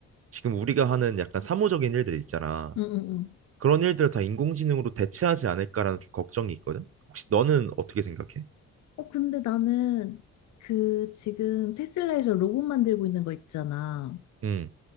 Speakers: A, on the right; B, on the left.
A: 지금 우리가 하는 약간 사무적인 일들 있잖아.
B: 응, 응. 응. 응.
A: 그런 일들을 다 인공지능으로 대체하지 않을까라는 좀 걱정이 있거든. 혹시 너는 어떻게 생각해?
B: 어, 근데 나는 그 지금 테슬라에서 로봇 만들고 있는 거 있잖아.
A: 음.